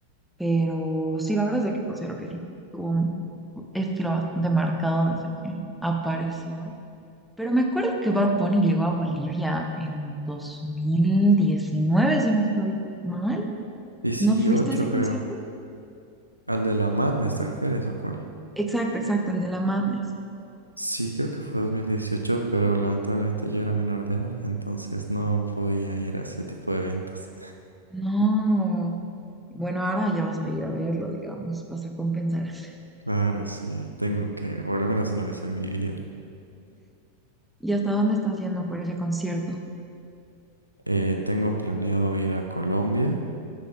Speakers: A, in the centre; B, on the right.
A: Pero sí, la verdad es de que considero que sí tuvo un estilo bastante marcado desde que apareció. Pero me acuerdo que Bad Bunny llegó a Bolivia en 2019, si no estoy mal.
B: 18,
A: ¿No fuiste a ese
B: creo.
A: concierto?
B: ¿Al de la Madness te refieres o cuál?
A: Exacto, exacto, el de la Madness.
B: Sí, creo que fue 2018 pero lamentablemente yo era menor de edad, entonces no podía ir a ese tipo de eventos.
A: No. Bueno, ahora ya vas a ir a verlo, digamos, vas a compensar. <laughs>
B: Claro, sí, tengo que, por lo menos una vez en mi vida.
A: ¿Y hasta dónde estás yendo por ese concierto?
B: Eh, tengo planeado ir a Colombia,